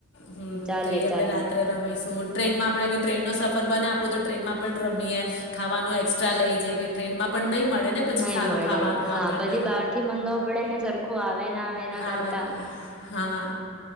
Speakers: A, on the left; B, in the centre.
A: હમ
B: ચાલે
A: તો એ આપણે
B: ચાલે.
A: રાત્રે રમીશું ટ્રેનમાં આપણે ગ ટ્રેનનો સ બને આપણો તો ટ્રેનમાં પણ રમીએ, ખાવાનો એક્સ્ટ્રા લઈ જાય. કે ટ્રેન માં પણ નહીં. મળે ને પછી
B: નઈ
A: સારું
B: મળે
A: ખાવાનું
B: હા
A: આપણને
B: પછી બાર થી મંગાવવું પડે ને સરખું. ખુ આવે અના વેના કરતા
A: આવે ને હા